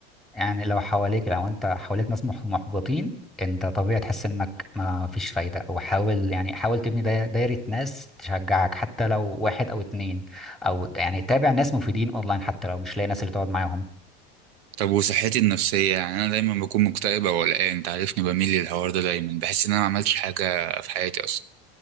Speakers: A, in the centre; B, on the right.
A: يعني لو حواليك لو انت حواليك ناس مح- محبطين انت طبيعي تحس انك ما فيش فايده وحاول يعني حاول تبني داي- دايره ناس تشجعك حتى لو واحد او اتنين او ت- يعني تابع ناس مفيدين اونلاين حتى لو مش لاقي ناس اللي تقعد معاهم
B: طب وصحتي النفسية يعني انا دايما بكون مكتئب او قلقان انت عارفني بميل للحوار ده دايما بحس ان انا ما عملتش حاجة في حياتي اصلا